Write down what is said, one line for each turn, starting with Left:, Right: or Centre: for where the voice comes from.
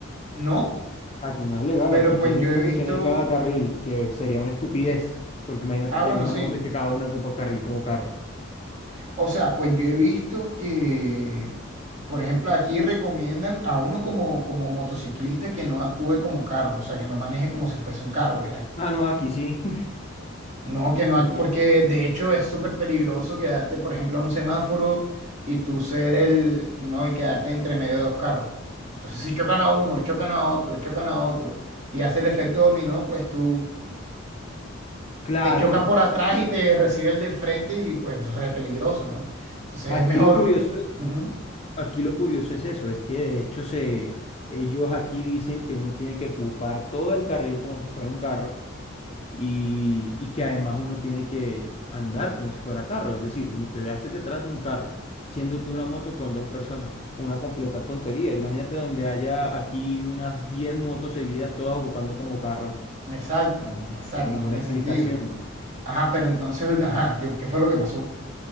Right: no,
Left: Aquí no es legal,
Right: pero
Left: aquí
Right: pues
Left: tiene
Right: yo
Left: uno
Right: he visto,
Left: que tener cada carril, que sería una estupidez, porque imagínate
Right: ah,
Left: tener
Right: bueno,
Left: una
Right: sí,
Left: moto y que cada una ocupa carril como carro.
Right: o sea, pues yo he visto que, por ejemplo, aquí recomiendan a uno como, como motociclista que no actúe como carro, o sea, que no maneje como si fuese un carro, ya.
Left: Ah, no, aquí sí. <laughs>
Right: No, que no,
Left: Aquí,
Right: porque de hecho es súper peligroso quedarte, por ejemplo, a un semáforo y tú ser el, no, y quedarte entre medio de dos carros. Entonces, si chocan a uno, chocan a otro, chocan a otro, y hace el efecto dominó, pues tú
Left: claro,
Right: te chocan por atrás y te recibe el de frente y pues re peligroso, ¿no? Entonces
Left: aquí
Right: es mejor.
Left: lo curioso,
Right: Ujú,
Left: aquí lo curioso es eso, es que de hecho se, ellos aquí dicen que uno tiene que ocupar todo el carril como si fuera un carro. y, y que además uno tiene que andar como si fuera carro, es decir, usted hace detrás de un carro, siendo tú una moto con dos personas, una completa tontería. Imagínate donde haya aquí unas 10 motos seguidas, todas ocupando como carro,
Right: Exacto,
Left: no
Right: exacto,
Left: tiene ninguna
Right: no tiene
Left: explicación.
Right: sentido. Ajá, pero entonces, ajá, ¿qué, qué fue lo que pasó?